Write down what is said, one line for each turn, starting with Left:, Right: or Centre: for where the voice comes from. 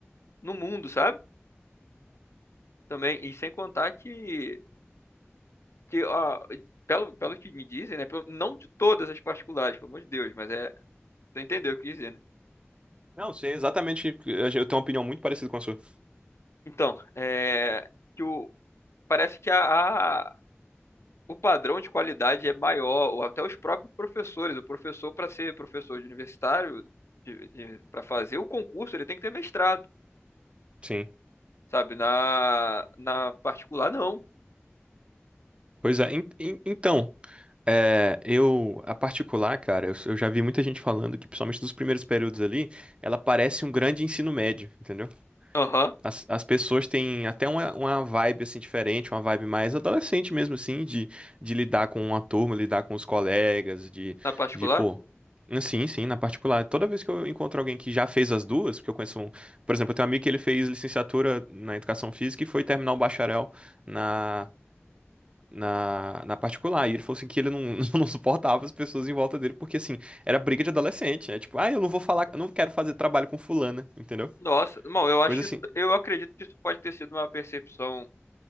Left: no mundo, sabe? Também, e sem contar que, que ó, pelo, pelo que me dizem, né? pelo- Não de todas as particulares, pelo amor de Deus, mas é Você entendeu o que eu quis dizer, né?
Right: Não, sei exatamente. Eu tenho uma opinião muito parecida com a sua.
Left: Então, é, que o, parece que a, a- o padrão de qualidade é maior, ou até os próprios professores. O professor, para ser professor de universitário, para fazer o concurso, ele tem que ter mestrado,
Right: Sim.
Left: sabe? Na, na particular, não.
Right: Pois é. en- en- Então, é, eu, a particular, cara, eu, eu já vi muita gente falando que, principalmente dos primeiros períodos ali, ela parece um grande ensino médio, entendeu?
Left: Aham,
Right: As, as pessoas têm até uma, uma vibe assim diferente, uma vibe mais adolescente mesmo assim, de, de lidar com uma turma, lidar com os colegas, de,
Left: na particular?
Right: de pô. Sim, sim, na particular. Toda vez que eu encontro alguém que já fez as duas, porque eu conheço um, por exemplo, eu tenho um amigo que ele fez licenciatura na educação física e foi terminar o bacharel na, na, na particular. E ele falou assim que ele não, <laughs> não suportava as pessoas em volta dele, porque assim, era briga de adolescente. É tipo, ah, eu não vou falar, eu não quero fazer trabalho com fulana, entendeu?
Left: Nossa, bom, eu
Right: Coisa
Left: acho
Right: assim.
Left: isso- eu acredito que isso pode ter sido uma percepção